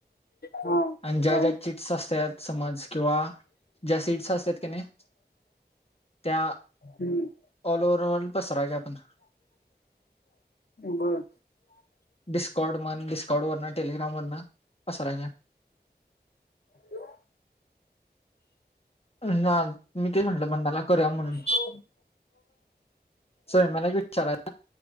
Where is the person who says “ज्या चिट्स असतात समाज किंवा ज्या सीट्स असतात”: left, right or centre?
Left